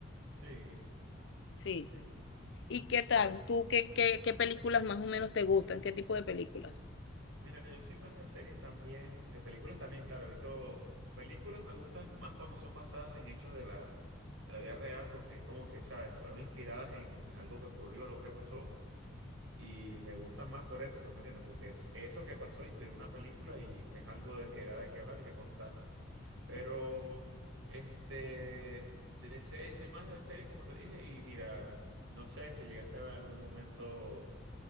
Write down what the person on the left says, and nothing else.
Sí.
¿Y qué
tal? ¿Tú qué, qué, qué películas más o menos te gustan? ¿Qué tipo de películas?
Sí.